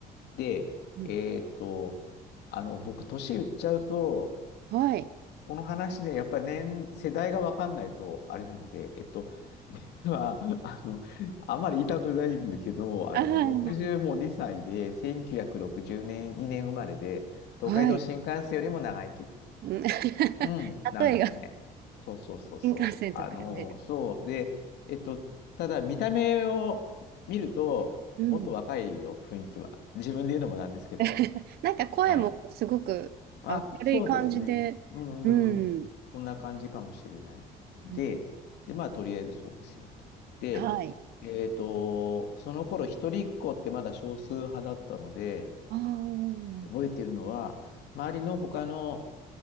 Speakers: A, on the left (about 80°); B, on the right (about 70°).
A: で、
B: うん。
A: えっと、あの、僕、年言っちゃうと、
B: はい。
A: この話ね、やっぱり年、世代がわかんないと、あれなので、えっと、<laughs> 実は、あの、あんまり言いたくないんだけど、
B: ああ、
A: あの、
B: うん
A: 60も2歳で、1960年、2年生まれで、東海道新幹線よりも長生きっていう。
B: はいあうんはいうん <laughs> 例えが、
A: うん、なんですよね。そうそうそうそう。
B: 新幹線と比べる。
A: あのそう。で、えっと、ただ見た目を見ると、
B: うん。
A: もっと若いよ、雰囲気は。自分で言うのもなんですけど。
B: <laughs> なんか声もすごく明るい感じで、
A: はい。あ、そうですね。うんうんうん。
B: うん。
A: そんな感じかもしれない。で、
B: うん
A: で、まあ、とりあえずそうですよと。で、
B: はい。
A: えっと、その頃、一人っ子ってまだ少数派だったので、
B: ああ、
A: 覚えてるのは、周りの他の